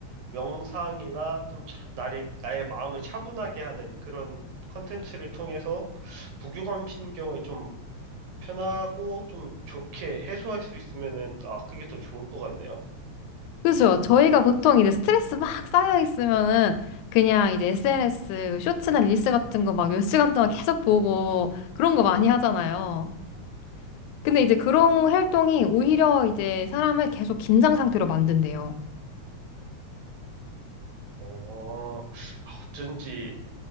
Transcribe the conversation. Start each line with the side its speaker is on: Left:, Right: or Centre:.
Right: 명상이나 좀 차- 나의, 나의 마음을 차분하게 하는 그런 컨텐츠를 통해서 부교감 신경을 좀 편하고 좀 좋게 해소할 수 있으면은 아 그게 더 좋을 것 같네요.
Left: 그죠? 저희가 보통 이제 스트레스 막 쌓여 있으면은 그냥 이제 SNS 쇼츠나 릴스 같은 거 막 몇 시간 동안 계속 보고 그런 거 많이 하잖아요. 근데 이제 그런 활동이 오히려 이제 사람을 계속 긴장 상태로 만든대요.
Right: 어, 아, 어쩐지